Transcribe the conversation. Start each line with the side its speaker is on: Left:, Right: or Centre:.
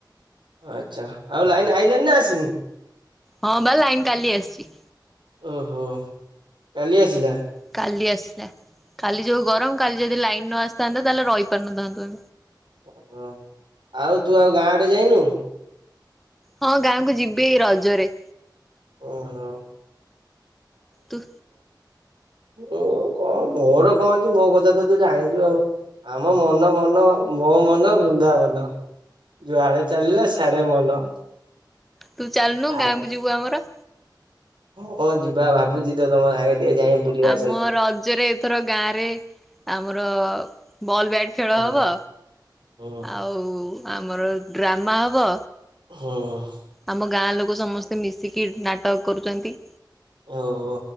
Right: ଆଚ୍ଛା ଆଉ ଲାଇନ ଆଇଲାଣି ନା ଆସିନି?
Centre: ହଁ ବା ଲାଇନ କାଲି ଆସିଛି।
Right: ଓହୋ କାଲି ଆସିଲା?
Centre: କାଲି ଆସିଲା କାଲି ଯେଉଁ ଗରମ କାଲି ଯଦି ଲାଇନ୍ ନ ଆସିଥାନ୍ତା ତାହେଲେ ରହିପାରିନଥାନ୍ତୁ।
Right: ହୁଁ ଆଉ ତୁ ଆଉ ଗାଁ ଆଡେ ଯାଇନୁ?
Centre: ହଁ ଗାଁକୁ ଯିବି ରଜରେ।
Right: ଓହୋ।
Centre: ତୁ।
Right: ଉଁ କଣ ମୋର କଣ ଅଛି ମୋ କଥା ତ ତୁ ଜାଣିଛୁ ଆଉ। ଆମ ମନ ମନ ମୋ ମନ ବୃନ୍ଦାବନ। ଯୁଆଡେ ଚାଲିଲା ସିଆଡେ ମନ।
Centre: ତୁ ଚାଲୁନୁ
Right: ଆ
Centre: ଗାଁକୁ ଯିବୁ ଆମର।
Right: ହଁ ଯିବା ଭାବୁଛି ତ ତମ ସାଙ୍ଗେ ଟିକେ ଯାଇି ବୁଲି ଆସ।
Centre: ମ ରଜରେ ଏଥର ଗାଁ ରେ ଆମର ବଲ ବ୍ୟାଟ। ଖେଳ
Right: ହୁଁ
Centre: ହେବ
Right: ହୁଁ
Centre: ଆଉ ଆମର ଡ୍ରାମା ହେବ।
Right: ହୁଁ।
Centre: ଆମ ଗାଁ ଲୋକ ସମସ୍ତେ ମିଶିକି ନାଟକ କରୁଛନ୍ତି।
Right: ଓ ହୋ।